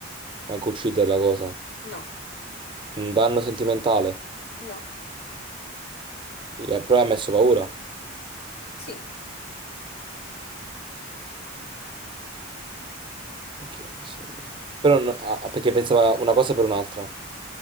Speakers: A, on the right; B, on the left.
A: Manco ucciderla cosa.
B: no,
A: Un danno sentimentale.
B: no,
A: E- Però ha messo paura.
B: sì,
A: Perché ha messo paura? Però non- ah, ah, perché pensava una cosa per un'altra.